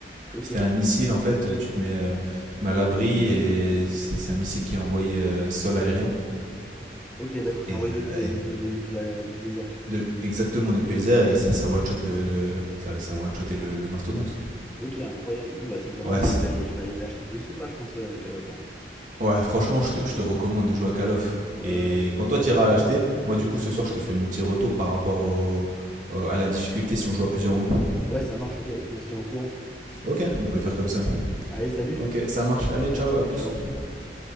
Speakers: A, in the centre; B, on the right.
A: Ok.
B: C'était un missile, en fait, tu te mets, euh, tu te mets à l'abri et c'est c'est un missile qui est envoyé euh, sol-aérien.
A: Ok, d'accord, qui
B: Et,
A: envoyait depuis,
B: euh,
A: le-
B: et
A: depuis, le- depuis, la- depuis les airs.
B: de- exactement depuis les airs et ça, ça one-shot le, le- ça, ça one-shotait le, le mastodonte.
A: Ok, incroyable. Bon, bah, ça me donne
B: Ouais,
A: envie,
B: c'était-
A: je vais, je vais aller me l'acheter de ce pas, je pense, euh, Call of, hein.
B: ouais franchement, je te, je te recommande de jouer à Call of.
A: Ouais,
B: Et
A: ouais.
B: quand toi tu iras l'acheter, moi du coup ce soir je te fais mon petit retour par rapport au- au- à la difficulté si on joue à plusieurs ou non.
A: Ouais, ça marche, ok. Et puis, on se tient au courant.
B: Ok, on peut faire comme ça.
A: Allez, salut.
B: Ok, ça marche. Allez, ciao, à plus.
A: Ciao. À plus.